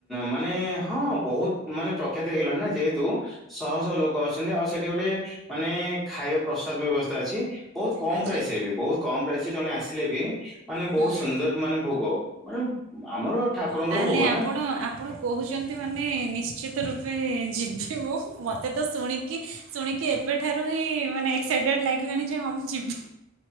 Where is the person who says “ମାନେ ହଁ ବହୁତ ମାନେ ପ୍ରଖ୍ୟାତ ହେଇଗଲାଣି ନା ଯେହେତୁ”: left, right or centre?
Centre